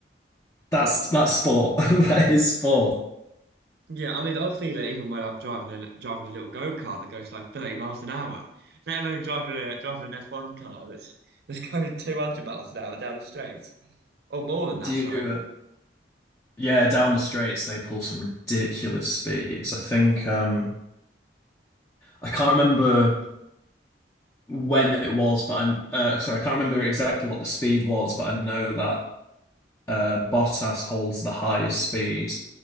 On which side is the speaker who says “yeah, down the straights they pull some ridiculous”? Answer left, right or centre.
Left